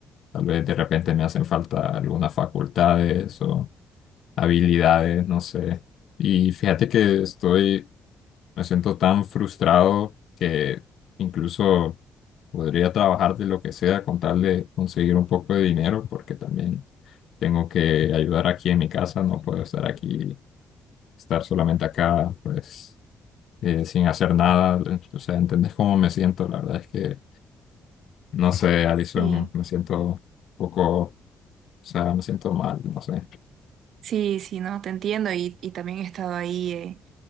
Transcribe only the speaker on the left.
Tal vez de repente me hacen falta algunas facultades o habilidades, no sé. Y fíjate que estoy, me siento tan frustrado que incluso podría trabajar de lo que sea con tal de conseguir un poco de dinero, porque también tengo que ayudar aquí en mi casa, no puedo estar aquí Estar solamente acá, pues, eh, sin hacer nada, o sea, ¿entendés cómo me siento? La verdad es que, no sé, Alison,
me siento un poco, o sea, me siento mal, no sé.